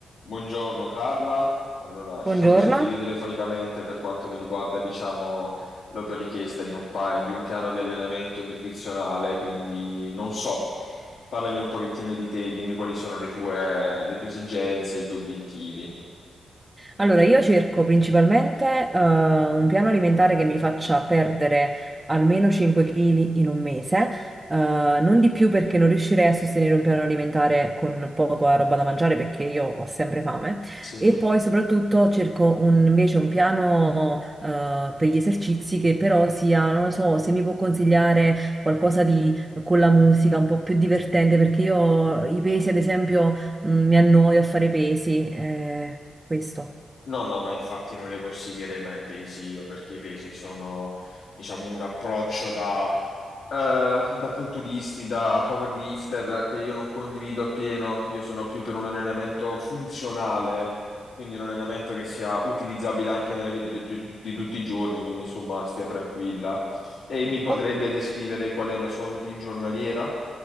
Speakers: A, on the left; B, on the right.
A: Buongiorno Carla, allora
B: Buongiorno,
A: ci siamo sentiti telefonicamente per quanto mi riguarda, diciamo, la tua richiesta di un, pa- di un piano di allenamento nutrizionale, quindi non so, parlami un pochettino di te, dimmi quali sono le tue, le tue esigenze, i tuoi obiettivi.
B: Allora, io cerco principalmente eh, un piano alimentare che mi faccia perdere almeno 5 kg in un mese, eh, non di più perché non riuscirei a sostenere un piano alimentare con poca roba da mangiare perché io ho sempre fame.
A: Sì.
B: E poi soprattutto cerco un- invece un piano eh, per gli esercizi che però sia, non lo so, se mi può consigliare qualcosa di con la musica un po' più divertente perché io i pesi, ad esempio, mh, mi annoio a fare pesi. eh, questo.
A: No, no, ma infatti non le consiglierei mai i pesi io, perché i pesi sono, diciamo, un approccio eh, da culturisti, da powerlifter che io non condivido appieno, io sono più per un allenamento funzionale, quindi un allenamento che sia utilizzabile anche nella vita di, tu- di tutti i giorni, quindi insomma stia tranquilla. E mi potrebbe
B: O-
A: descrivere qual è la sua routine giornaliera?